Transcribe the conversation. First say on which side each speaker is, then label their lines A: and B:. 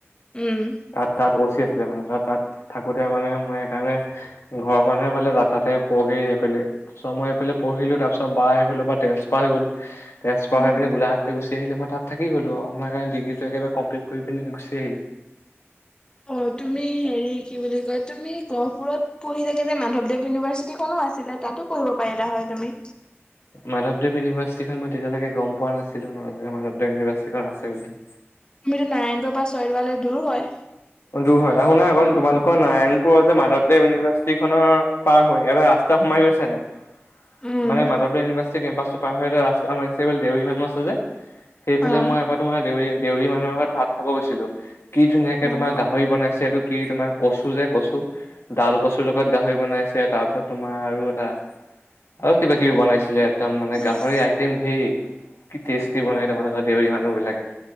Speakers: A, on the left; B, on the left.
A: উম।
B: তাত তাত অ চি আছিলে মানে। ত তাত থাকোতে মানে মই সেইকাৰণে ঘৰৰ মানুহে ক'লে যা তাতে পঢ়গে‌ সেইবুলি। তাৰপিছত মই এইফালে পঢ়িলো। তাৰ পিছত বা সেইফালৰ পৰা ট্ৰেঞ্চপাৰ হৈ গ'ল। ট্ৰেঞ্চফাৰ
A: উম
B: হৈ পিনি গোলঘাটলে গুচি আহিলে। মই তাত থাকি গ'লো। মই সেইকাৰণে ডিগ্ৰীটো একেবাৰে কমপ্লিট কৰি পিনি গুচি আহিলো।
A: অ তুমি হেৰি কি বুলি কয় তুমি গহপুৰত পঢ়ি থাকে যে মাধৱদেৱ ইউনিভাৰ্চিটি খনো আ ছিলে তাতো পঢ়িব পাৰিলা হয় তুমি।
B: মাধৱদেৱ ইউনিভাৰ্চিটি খন মই তেতিয়ালৈকে গম পোৱা নাছিলো নহয় যে মাধৱদেৱ ইউনিভাৰ্চিটি খন আছে বুলি।
A: তুমিতো নাৰায়ণপুৰৰ পৰা ছয়দোৱালে দূৰ হয়।
B: অ দূৰ হয় আৰু শুনা এইখন তোমালোকৰ নাৰায়ণপুৰৰ যে মাধৱদেৱ ইউনিভাৰ্চিটি খনৰ পাৰ হৈ এটা ৰাচ তা সোমাই গৈছে নে?
A: উম।
B: মানে মাধৱদেৱ ইউনিভাৰ্চিটি কেম্পাছটো পাৰ হৈ এটা ৰাস্তা সোমাইছে সেইফালে দেউৰী মানুহ আছে যে। সেইফালে
A: অ'।
B: মই এবাৰ তোমাৰ দেউৰী দেউৰী মানুহ এঘৰত ভাত খাব গৈছিলো। কি ধুনীয়াকে
A: উম।
B: তোমাৰ গাহৰি বনাইছে এইটো কি তোমাৰ কচু যে কচু ডাল কচুৰ লগত গাহৰি বনাইছে। তাৰপিছত তোমাৰ আৰু এটা আৰু কিবা-কিবি বনাইছিলে। একদম মানে
A: উম।
B: গাহৰি আইটেম ধেৰ। কি টেষ্টি বনাই তোমালোকৰ দেউৰী মানুহ বিলাকে।